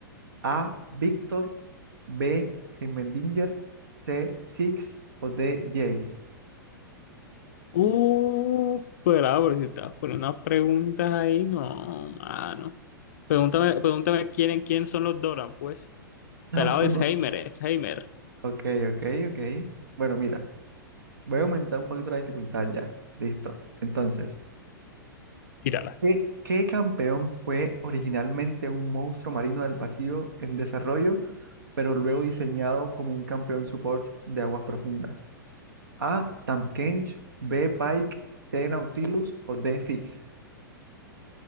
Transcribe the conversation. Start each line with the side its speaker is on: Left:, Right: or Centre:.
Right: A. Víctor. B. Heimendinger. C. Six. O D. Jace. <laughs>
Left: Uh, pero, ah, pero si estás poniendo unas preguntas ahí, no, mano. Pregúntame, pregúntame quién, en quién son los Doran, pues.
Right: No,
Left: Pelado es
Right: no.
Left: Heimer, es Heimer.
Right: ok, ok, ok. Bueno, mira, voy a aumentar un poquito la dificultad ya. Listo. Entonces,
Left: Tírala.
Right: ¿qué, qué campeón fue originalmente un monstruo marino del vacío en desarrollo, pero luego diseñado como un campeón support de aguas profundas? A. Tahm Kench. B. Pike. C. Nautilus. O D. Fix.